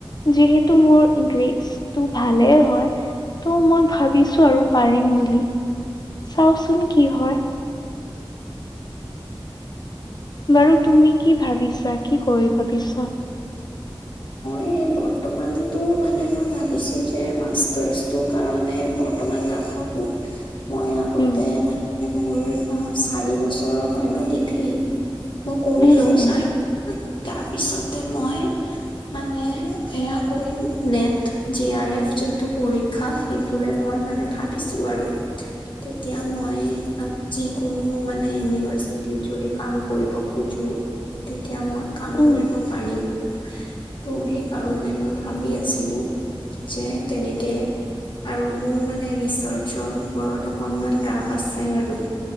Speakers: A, on the left; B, on the left.
A: যিহেতু মোৰ গ্ৰেটটো ভালে হয় ত' মই ভাবিছো আৰু পাৰিম বুলি চাওচোন কি হয়। বাৰু তুমি কি ভাবিছা, কি কৰি ভাবিছ।
B: এই বৰ্তমানটো মানে মই ভাবিছোঁ যে মাষ্টাৰছটোৰ কাৰণে বৰ্তমান ন থাকোঁ মই আগতে
A: উম,
B: মানে মোৰ চাৰি বছৰৰ হয় ন ডিগ্ৰী মই কৰিলও
A: উম, হুম,
B: চাই তাৰপিছতে মই মানে এয়া কৰি নেট জি আৰ এফ যোনটো পৰীক্ষা সেইটোলে মই মানে ভাবিছোঁ। আছোঁ আৰু
A: উ <unintelligible>
B: তেতিয়া মই। যিকোনো মানে ইউনিভাৰচিটত যদি কাম কৰিব খোজোঁ? তেতিয়া মই কাম
A: উম,
B: কৰিব পাৰিম ত' সেই কাৰণে মই ভাবি আছিলো যে তেনেকে আৰু মোৰ মানে ৰিচাৰ্চৰ ওপৰত অকণমান ৰাপ আছে আৰু।